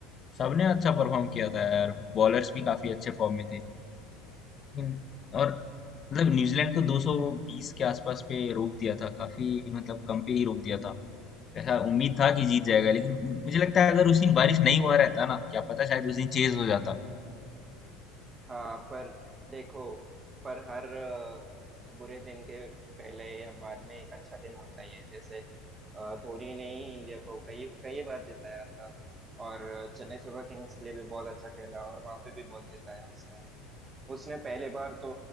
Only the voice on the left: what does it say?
सबने अच्छा परफॉर्म किया था यार बॉलर्स भी काफी अच्छे फॉर्म में थे लेकिन और मतलब न्यूजीलैंड को 220 के आसपास पे रोक दिया था काफी मतलब कम पे ही रोक दिया था ऐसा उम्मीद था कि जीत जाएगा लेकिन मुझे लगता है अगर उस दिन बारिश नहीं हुआ रहता ना क्या पता शायद उस दिन चेज हो जाता